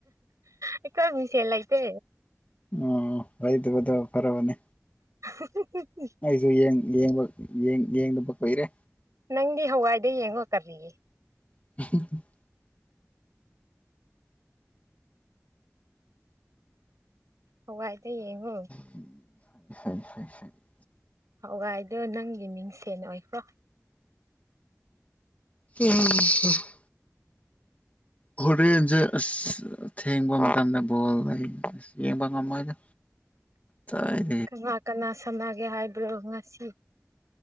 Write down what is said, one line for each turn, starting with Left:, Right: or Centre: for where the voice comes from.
Right: ꯑꯩꯈꯣꯏ ꯃꯤꯡꯁꯦꯜ ꯂꯩꯇꯦ
Left: ꯑꯣ ꯂꯩꯗꯕꯗꯣ ꯐꯔꯕꯅꯤ
Right: <inaudible>
Left: ꯑꯩꯖꯨ ꯌꯦꯡ ꯌꯦꯡꯕ ꯌꯦꯡ ꯌꯦꯡꯗꯕ ꯀꯨꯏꯔꯦ
Right: ꯅꯪꯗꯤ ꯍꯋꯥꯏꯗ ꯌꯦꯡꯉꯣ ꯀꯔꯤ
Left: <inaudible>
Right: ꯍꯋꯥꯏꯗ ꯌꯦꯡꯉꯣ
Left: <unintelligible>
Right: ꯍꯋꯥꯏꯗꯣ ꯅꯪꯒꯤ ꯃꯤꯡꯁꯦꯟ ꯑꯣꯏꯈ꯭ꯔꯣ
Left: <inaudible> ꯍꯣꯔꯦꯟꯖꯦ ꯑꯁ ꯊꯦꯡꯕ ꯃꯇꯝꯗ ꯕꯣꯜ ꯂꯩ ꯑꯁ ꯌꯦꯡꯕ ꯉꯝꯃꯣꯏꯗ ꯆꯥꯏ
Right: ꯀꯅꯥ ꯀꯅꯥ ꯁꯥꯟꯅꯒꯦ ꯍꯥꯏꯕ꯭ꯔꯣ ꯉꯁꯤ